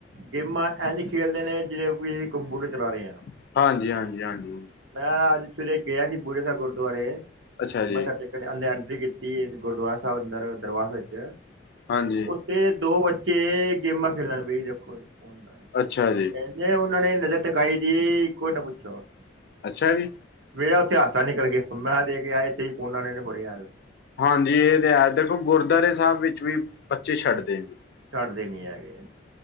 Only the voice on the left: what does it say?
ਹਾਂਜੀ ਹਾਂਜੀ ਹਾਂਜੀ ਹਾਂਜੀ
ਅੱਛਾ ਜੀ
ਹਾਂਜੀ।
ਅੱਛਾ ਜੀ।
ਅੱਛਾ ਜੀ।
ਹਾਂਜੀ, ਇਹ ਤੇ ਹੈ ਦੇਖੋ ਗੁਰਦੁਆਰੇ ਸਾਹਿਬ ਵਿੱਚ ਵੀ ਬੱਚੇ ਛੱਡਦੇ ਜੀ।